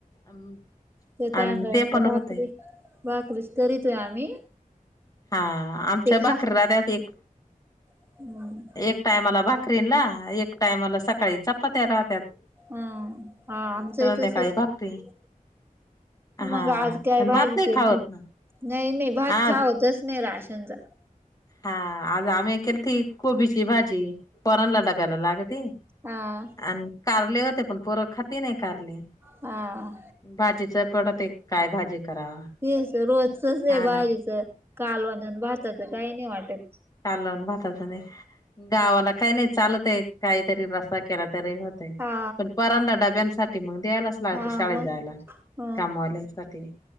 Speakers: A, on the left; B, on the right.
A: अम
B: त्या तांदळांच्या
A: अन ते पण
B: भाकरी
A: होतेय.
B: भाकरीच करीतोय आम्ही
A: हां आमच्या
B: ते खा
A: भाकरी राहात्यात, एक,
B: हम्म
A: एक टायमाला भाकरीनला, एक टायमाला सकाळी चपात्या राहत्यात
B: हम्म, हां
A: आणि
B: आमचंही
A: संध्याकाळी
B: तसचय
A: भाकरी हा
B: मग, आज काय
A: आणि भात
B: भाजी
A: नाही
B: केलती?
A: खावत ना
B: नही नही भात
A: आज
B: खावतच नही राशनचा
A: हां आज आम्ही केल ती कोबीची भाजी, पोरांना डब्याला लागती.
B: हां
A: अण कारले होते, पण पोरं खाती नही कारले
B: हां
A: भाजीच पडतय, काय भाजी करावा?
B: तेच रोजचच
A: हा
B: भाजीच,
A: ना
B: कालवन भाताच काही नही वाटत.
A: कालवन भातचं नही, गावाला काही नही चालत एक काहीतरी रस केला तरी होतय,
B: हा
A: पण पोरांला डब्यांसाठी मग द्यायालाच लागत
B: हा
A: शाळेत
B: मग
A: जायला,
B: ह
A: कामावाल्यांसाठी,